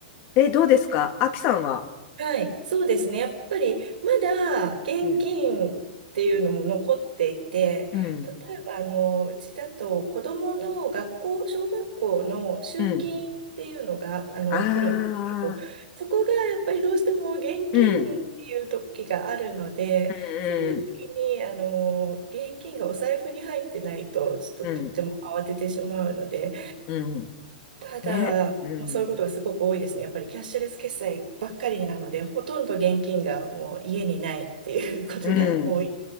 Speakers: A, on the left; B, on the right.
A: で、どうですかアキさんは。
B: はい、そうですね。やっぱりまだ現金っていうのも残っていて、
A: うん。うん。
B: 例えばあのうちだと子どもの学校、小学校の集金っていうのがあの来るんですけど、
A: うん。ああ。
B: そこがやっぱりどうしても現金っていう時があるので、
A: うん、うん、
B: そういう時にあの現金がお財布に入ってないとちょっととっても慌ててしまうので、
A: うん、うん、うん
B: ただ、
A: ね、うん、
B: もうそういうことがすごく多いですね。やっぱりキャッシュレス決済ばっかりなので、ほとんど現金がもう家にないっていうことが多い。
A: うん。